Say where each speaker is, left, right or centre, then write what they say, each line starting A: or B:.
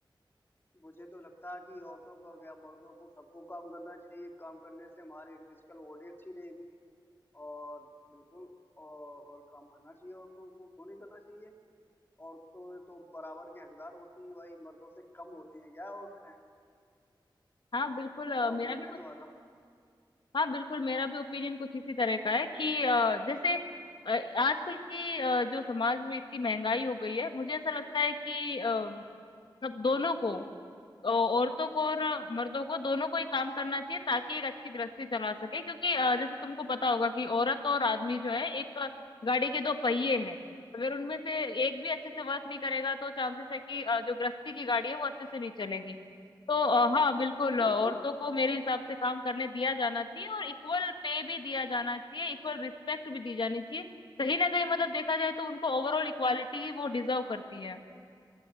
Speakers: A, on the left; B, on the left.
A: मुझे तो लगता है कि औरतों का क्या मर्दों को सबको काम करना चाहिए काम करने से हमारी फिजिकल बॉडी अच्छी रहेगी और बिल्कुल और काम करना चाहिए औरतों को क्यों नहीं करना चाहिए औरतें तो बराबर के हकदार होती हैं भाई मर्दों से कम होती हैं क्या औरतें
B: हाँ बिल्कुल अ,
A: क्या ओपिनियन
B: मेरा भी
A: है
B: कुछ
A: तुम्हारा
B: हाँ बिल्कुल मेरा भी ओपिनियन कुछ इसी तरह का है कि अ, जैसे अ, आजकल की अ, जो समाज में इतनी महंगाई हो गई है मुझे ऐसा लगता है कि अ, सब दोनों को औ- औरतों को और अ, मर्दों को दोनों को ही काम करना चाहिए ताकि एक अच्छी गृहस्थी चला सके क्योंकि अ, जैसे तुमको पता होगा कि औरत और आदमी जो है एक अ, गाड़ी के दो पहिए हैं अगर उनमें से एक भी अच्छे से वर्क नहीं करेगा तो चांसेस है कि अ, जो गृहस्थी की गाड़ी है वो अच्छे से नहीं चलेगी तो अ, हाँ बिल्कुल
A: बिल्कुल
B: अ, औरतों को मेरे हिसाब से काम करने दिया जाना चाहिए और इक्वल पे भी दिया जाना चाहिए इक्वल रिस्पेक्ट भी दी जानी चाहिए कहीं ना कहीं मतलब देखा जाए तो उनको ओवरऑल इक्वालिटी वो डिजर्व करती है